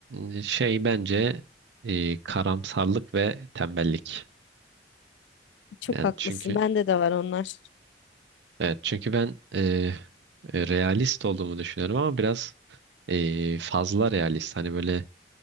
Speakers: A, on the right; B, on the left.
A: e, şey bence e, karamsarlık ve tembellik.
B: Çok
A: Yani
B: haklısın.
A: çünkü
B: Bende de var onlar.
A: evet çünkü ben e, e, realist olduğumu düşünüyorum ama biraz e, fazla realist. Hani böyle